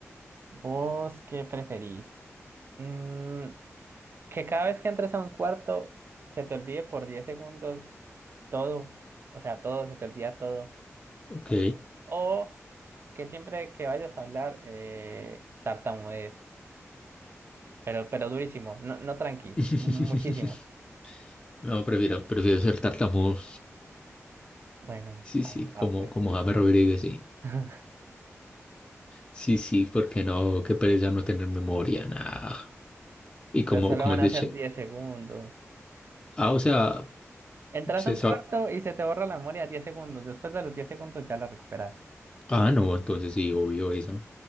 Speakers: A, on the right; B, on the left.
A: ¿vos qué preferís? Mm, que cada vez que entres a un cuarto se te olvide por 10 segundos todo, o sea, todo, se te olvida todo.
B: Ok.
A: O que siempre que vayas a hablar, eh, tartamudees, pero, pero durísimo, no, no tranqui,
B: <laughs>
A: muchísimo.
B: No, prefiero, prefiero ser tartamudo.
A: Bueno,
B: Sí,
A: va,
B: sí,
A: va
B: como,
A: pues.
B: como James Rodríguez, sí.
A: <laughs>
B: Sí, sí, porque no, qué pereza no tener memoria, nada. Y como,
A: Pero solo
B: como
A: van
B: es
A: a
B: de
A: ser
B: Che-
A: diez segundos.
B: Ah, o sea,
A: Entras
B: se
A: a un
B: sa-
A: cuarto y se te borra la memoria 10 segundos. Después de los 10 segundos ya la recuperas.
B: Ah, no, entonces sí, obvio eso.